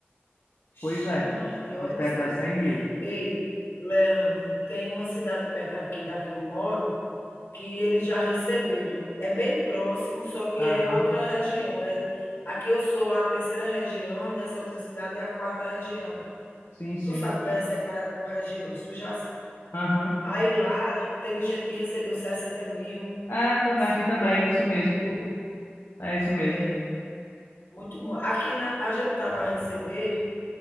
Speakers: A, on the left; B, on the left.
A: Vixe,
B: Pois é,
A: Maria,
B: o
A: olha
B: teto
A: só.
B: é 100 mil.
A: Ei, Leandro, tem uma cidade perto aqui da que eu moro, que eles já receberam. É bem próximo, só que
B: aham
A: é outra região. É, aqui eu sou a terceira região e nessa outra cidade é a quarta região.
B: Sim, sim.
A: Tu sabe que é separado por regiões, tu já sabe.
B: Aham.
A: Aí lá teve gente que recebeu 60 mil,
B: Ah, tá bem,
A: 50
B: aqui também, isso mesmo.
A: mil.
B: É isso mesmo.
A: É, muito bom. Aqui na, a gente tá para receber